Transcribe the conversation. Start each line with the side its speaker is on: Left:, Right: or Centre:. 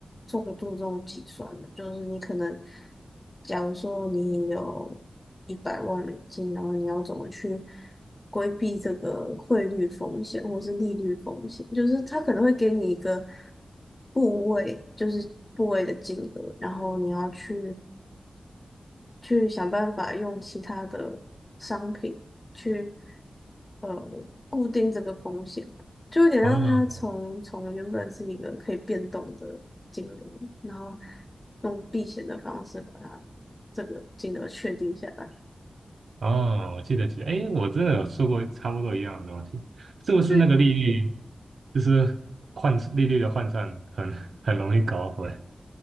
Left: 重注重计算的，就是你可能，假如说你有一百万美金，然后你要怎么去规避这个汇率风险或是利率风险，就是它可能会给你一个部位，就是部位的金额，然后你要去去想办法用其他的商品去呃固定这个风险吧，就有点让它从从原本是一个可以变动的金额，
Right: 哦
Left: 然后用避险的方式把它这个金额确定下来。
Right: 哦，我记得记得，哎，我真的有说过差不多一样的东西，是不是那个利率，
Left: 对
Right: 就是换利率的换算很很容易搞混？